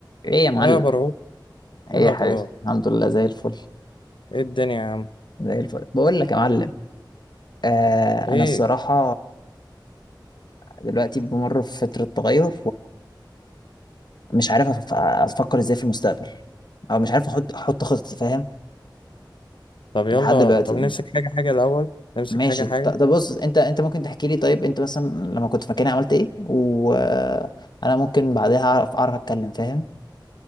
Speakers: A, on the left; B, on the left.
A: ايه يا معلم
B: ايه يا برعو
A: ايه
B: ايه الاخبار
A: يا حبيبي الحمد لله زي الفل
B: ايه الدنيا يا عم
A: زي الفل بقول لك يا معلم آه
B: ايه
A: انا الصراحه دلوقتي بمر في فتره تغير ومش عارف أف- افكر ازاي في المستقبل او مش عارف احط احط خطتي فاهم
B: طب يلا
A: لحد دلوقتي
B: طب نمسك حاجه حاجه الاول نمسك
A: ماشي
B: حاجه حاجه
A: ط- طب بص انت انت ممكن تحكي لي طيب انت مثلا لما كنت في مكاني عملت ايه وانا ممكن بعدها اعرف اعرف اتكلم فاهم